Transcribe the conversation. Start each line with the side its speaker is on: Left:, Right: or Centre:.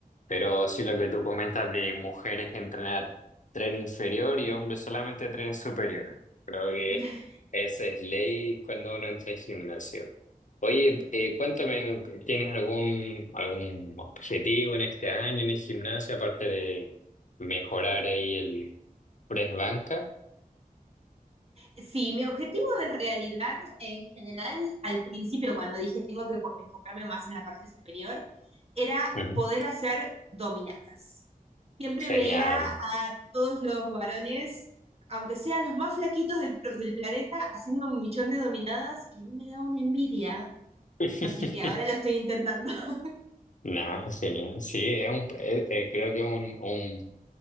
Left: Pero sí, lo que tú comentas de mujeres entrenar tren inferior y hombres solamente tren superior. Creo que
Right: <laughs>
Left: esa es ley cuando uno entra al gimnasio. Oye, eh, cuéntame, ¿tienes algún, algún objetivo en este año en el gimnasio aparte de mejorar ahí el Presbanca.
Right: Sí, mi objetivo en realidad, en general, al principio, cuando dije tengo que po- enfocarme más en la parte superior, era
Left: Ujú.
Right: poder hacer dominadas. Siempre
Left: Genial.
Right: veía a todos los varones, aunque sean los más flaquitos del, pro- del planeta, haciendo un millón de dominadas y a mí me daba una envidia
Left: <laughs>
Right: Así que ahora lo estoy intentando. <laughs>
Left: Nada, genial. Sí, es un, es- eh, creo que es un, un-